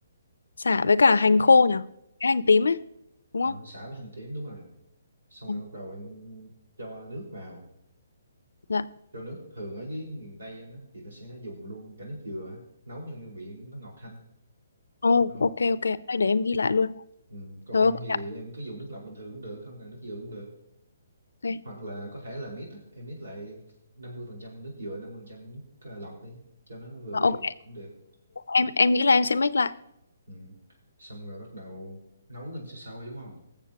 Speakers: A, on the left; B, on the right.
A: Sả với cả hành
B: à,
A: khô nhỉ? Cái hành tím ấy, đúng
B: à,
A: không?
B: sả với hành tím đúng rồi xong
A: Ừ,
B: rồi bắt đầu em cho nước vào
A: Dạ.
B: cho nước thường ở dưới miền Tây anh á thì nó sẽ dùng luôn cả nước dừa á, nấu cho cái vị nó ngọt thanh
A: Oh,
B: đúng không
A: ok ok, Thôi để em ghi lại luôn.
B: ừ. còn
A: Rồi
B: không
A: ok
B: thì
A: ạ,
B: em cứ dùng nước lọc bình thường cũng được không cần nước dừa cũng được
A: ok.
B: hoặc là có thể là mix á em mix lại 50% nước dừa 50% nước ờ, lọc đi cho nó vừa
A: Ờ,
B: vị
A: ok.
B: cũng được
A: Em em nghĩ là em sẽ make lại.
B: ừ. xong rồi bắt đầu nấu lên sôi sôi đúng không